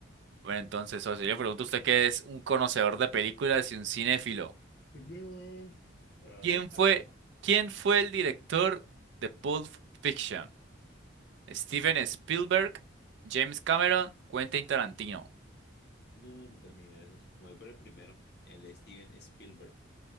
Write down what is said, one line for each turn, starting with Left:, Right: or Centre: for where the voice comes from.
Right: Bueno, entonces, socio, yo le pregunto a usted que es un conocedor de películas y un cinéfilo.
Left: No. A
Right: ¿Quién
Left: ver.
Right: fue,
Left: Hágale.
Right: quién fue el director de Pulp Fiction? ¿Steven Spielberg, James Cameron, Quentin Tarantino?
Left: No, no tengo ni idea de eso. Me voy por el primero, el Steven Spielberg.